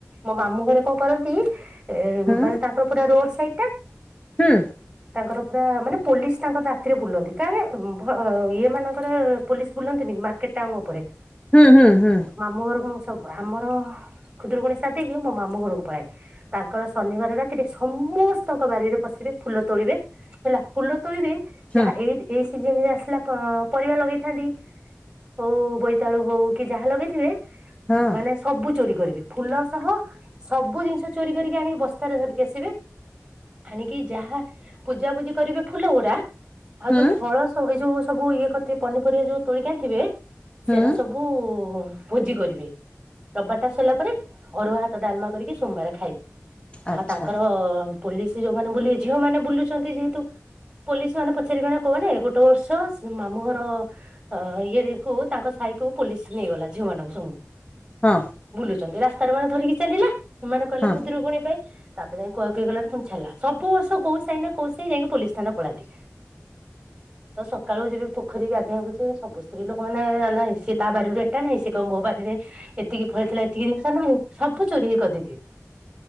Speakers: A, on the right; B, on the left.
A: ମୋ ମାମୁଁ ଘରେ କଣ କରନ୍ତି? ଏ
B: ହଁ
A: ମାନେ ତାଙ୍କର ପୁରା ରୋଡ୍‌ ସାଇଡ୍‌ ଟା
B: ହୁଁ।
A: ତାଙ୍କର ପୁରା ମାନେ ପୋଲିସ୍‌ ତାଙ୍କର ରାତିରେ ବୁଲନ୍ତି। କାଳେ ଭ-ଅ ଇଏ ମାନଙ୍କରେ ପୋଲିସ୍ ବୁଲନ୍ତିନି, ମାର୍କେଟ ଟାଉନ୍ ଉପରେ
B: ହୁଁ, ହୁଁ, ହୁଁ?
A: ମାମୁଁ ଘରକୁ ମୁଁ ସବୁ। ଆମର ଖୁଦୁରୁକୁଣୀ ସାରିଦେଇକି, ମୋ ମାମୁଁ ଘରକୁ ପଳାଏ। ତାଙ୍କର ଶନିବାର ରାତିରେ ସମସ୍ତଙ୍କ ବାରିରେ ପଶିବେ, ଫୁଲ ତୋଳିବେ। ହେଲା ଫୁଲ ତୋଳିବେ,
B: ହୁଁ
A: ଯାହା ଏଇ ଏଇ ସିଜନରେ ଆସିଲା ପ-ପରିବା ଲଗେଇଥାନ୍ତି। ହଉ ବୋଇତାଳୁ ହଉ, କି ଯାହା ଲଗେଇଥିବେ
B: ହଁ
A: ମାନେ ସବୁ ଚୋରି କରିବେ। ଫୁଲ ସହ ସବୁ ଜିନିଷ ଚୋରି କରିକି ଆଣିକି, ବସ୍ତାରେ ଧରିକି ଆସିବେ। ଆଣିକି ଯାହା ପୂଜାପୂଜି କରିବେ ଫୁଲ ଗୁଡା। ଆଉ
B: ହୁଁ
A: ଯୋଉ ଫଳ ସ ଏଇ ଯୋଉ ସବୁ ଇଏ କରି ଥିବ୍, ପନିପରିବା ଯୋଉ ତୋଳିକ ଆଣିଥିବେ।
B: ହୁଁ
A: ସେରା ସବୁ ବୁ ଭୁଜି କରିବେ। ରବାର୍ଟା ସରିଲା ପରେ ଅରୁଆ ହାତ ଡାଲମା କରିକି ସୋମବାର ଖାଇବେ
B: ଆଚ୍ଛା
A: ଆଉ ତାଙ୍କର ପୋଲିସ ଯୋଉମାନେ ବୁଲିବେ ଝିଅ ମାନ ବୁଲୁଛନ୍ତି ଯେହେତୁ ପୋଲିସ ମାନେ ପଚାରିବେ ନା କଉମାନେ ଗୋଟେ ବର୍ଷ ମାମୁ ଘର ଅ ଇଏରେ କୁ ତାଙ୍କ ସାଇ କୁ ପୋଲିସ ନେଇଗଲା ଝିଅମାନଙ୍କୁ ସଙ୍ଗୁ
B: ହଁ
A: ବୁଲୁଛନ୍ତି ରାସ୍ତତାରେ ମାନେ ଧରିକି ଚାଲିଲା ଏମାନେ କହିଲେ
B: ହଁ
A: ଖୁଦରୁକୁୁଣି ପାଇଁ ତାପରେ ଯାଇ କୁଆ କୁହି ଗୁଲା ପୁଣି ଛଲା ସବୁବର୍ଷ କୋଉ ସାଇ ନା କଉ ସାଇ ଯାଇକି ପୋଲିସ୍‌ ଥାନା ପଳାନ୍ତି ଆଉ ସକାଳୁ ଯିବି ପୋଖରୀ ଗାଧଆବାକୁ ସେ ସବୁ ସ୍ତ୍ରୀ ଲୋକମାନେ ଆଲାଇ- ସେ ତା ବାଡିରୁ ଏଟା ନାଇଁ ସେ କହିବ ମୋ ବାରିରେ ଏତିକି ଫଳିଥିଲା ଏତିକି ଜିନିଷ ନଁ ସବୁ ଚୋରି ହେଇ କରିଦେଇଥିଲ-